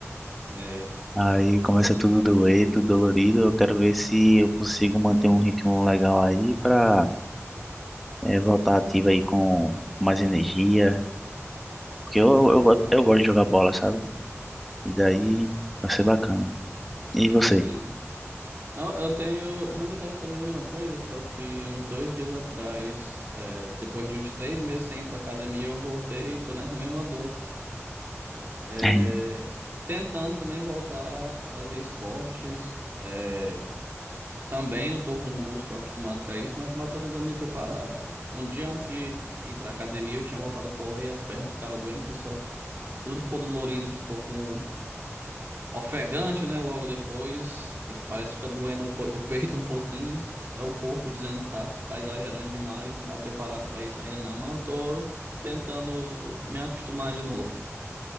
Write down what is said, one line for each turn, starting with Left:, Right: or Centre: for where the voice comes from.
Right: É,
Centre: Aí começa tudo doer, tudo dolorido. Eu quero ver se eu consigo manter um ritmo legal aí pra eh, voltar ativo aí com mais energia. Porque eu, eu, go- eu gosto de jogar bola, sabe? E daí vai ser bacana. E você?
Right: sim. Não, eu tenho, eu tenho tentado fazer a mesma coisa, só que uns dois dias atrás, é, depois de uns três meses sem ir pra academia, eu voltei e tô nessa mesma dor. É,
Centre: <laughs>
Right: tentando também voltar a fazer esportes. É, Também não tô com os músculos acostumados com isso, mas, mas tô tentando me preparar. Um dia antes de ir pra academia, eu tinha voltado a correr, as pernas ficaram doendo que só. Tudo ficou dolorido, ficou com ofegante, né? Logo depois. E parece que fica doendo o po- o peito um pouquinho. É o corpo dizendo que tá, tá exagerando demais, não tá preparado pra isso ainda não. Mas eu tô tentando me acostumar de novo.